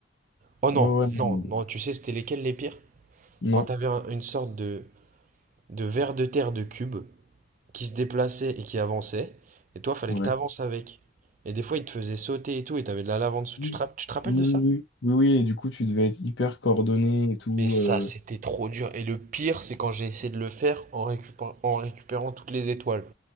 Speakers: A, on the right (about 40°); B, on the left (about 65°).
A: Oh non,
B: Ouais, ouais. Non.
A: non, non, tu sais, c'était lesquels les pires? Quand
B: Non.
A: t'avais un- une sorte de. de vers de terre de cubes qui se déplaçaient et qui avançaient. Et toi, fallait
B: Ouais.
A: que tu avances avec. Et des fois, ils te faisaient sauter et tout, et t'avais de la lave en dessous.
B: Oui.
A: Tu te, rapp- tu te rappelles
B: Oui,
A: de
B: oui,
A: ça?
B: oui. Oui, oui, et du coup, tu devais être hyper coordonné et tout.
A: Mais ça,
B: euh,
A: c'était trop dur. Et le pire, c'est quand j'ai essayé de le faire en récupérant, en récupérant toutes les étoiles.